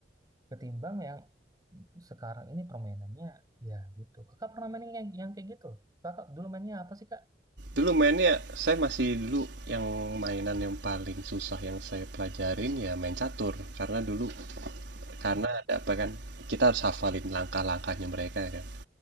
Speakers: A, on the right; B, on the right.
A: Ketimbang yang sekarang ini permainannya ya gitu. Kakak pernah main yang, yang kayak gitu? Kakak dulu mainnya apa sih, Kak?
B: Dulu mainnya saya masih dulu yang mainan yang paling susah yang saya pelajarin ya main catur karena dulu karena
A: Mm-mm,
B: ada apa kan kita harus hafalin langkah-langkahnya mereka kan.